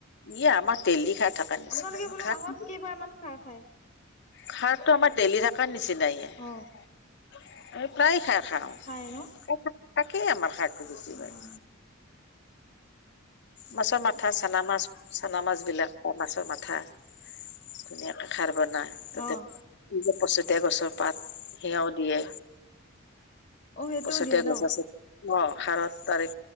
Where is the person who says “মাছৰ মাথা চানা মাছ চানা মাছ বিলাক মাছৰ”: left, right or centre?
Left